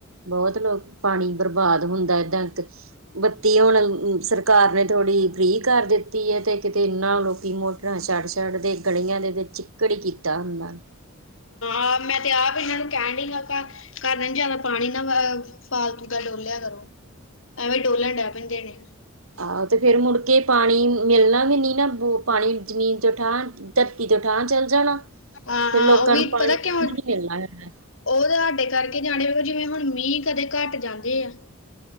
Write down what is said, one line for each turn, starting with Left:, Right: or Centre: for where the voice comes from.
Right: ਬਹੁਤ ਲੋਕ ਪਾਣੀ ਬਰਬਾਦ ਹੁੰਦਾ ਏਦਾਂ ਤਾਂ। ਬੱਤੀ ਹੁਣ ਸਰਕਾਰ ਨੇ ਥੋੜ੍ਹੀ ਫ੍ਰਰੀ ਕਰ ਦਿੱਤੀ ਐ ਤੇ ਕਿਤੇ ਇੰਨਾ ਲੋਕੀਂ ਮੋਟ ਰਾਂ ਛੱਡ -ਛੱਡ ਦੇ ਗਲੀਆਂ ਦੇ ਵਿੱਚ ਚਿੱਕੜ ਈ ਕੀਤਾ ਹੁੰਦਾ। <inaudible>
Left: ਹਾਂ, ਮੈਂ ਤੇ ਆਪ ਇਹਨਾਂ ਨੂੰ ਕਹਿਣ ਡਈ ਆਪਾ ਘਰ ਨਾ ਜਿਆਦਾ ਪਾਣੀ ਨਾ ਅਅ ਫਾਲਤੂ ਦਾ ਡੋਲਿਆ ਕਰੋ, ਐਵੇਂ ਡੋਲਣ ਡਹਿ ਪੈਂਦੇ <unintelligible>
Right: ਆਹ ਤੇ ਫਿਰ ਮੁੜਕੇ ਪਾਣੀ ਮਿਲਣਾ ਵੀ ਨੀ ਨਾ ਬੁ ਪਾਣੀ ਜ਼ਮੀਨ ਤੋਂ ਠਾਂ, ਧਰਤੀ ਤੋਂ ਠਾਂ ਚੱਲ ਜਾਣਾ।
Left: ਹਾਂ
Right: ਫਿਰ
Left: ਹਾਂ
Right: ਲੋਕਾਂ
Left: ਉਹ ਵੀ
Right: ਨੂੰ ਪਾਣੀ
Left: ਪਤਾ ਕਿਉਂ
Right: ਬੂੰਦ ਨੀ ਮਿਲਣਾ ਹੈਗਾ।
Left: ਉਹ ਤਾਂ ਹਾਡੇ ਕਰਕੇ ਜਾਣੇ ਵ ਜਿਵੇਂ ਹੁਣ ਮੀਂਹ ਕਦੇ ਘੱਟ ਜਾਂਦੇ ਆ।